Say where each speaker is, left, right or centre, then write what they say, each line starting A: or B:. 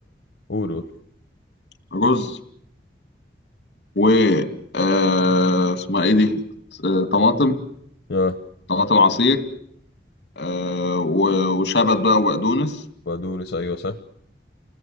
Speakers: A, on the left (about 80°); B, on the left (about 70°).
A: قول قول
B: رز و آه، اسمها ايه دي آه، طماطم
A: اه
B: طماطم عصير آه، و- وشبت بقى وبقدونس
A: بقدونس أيوه صح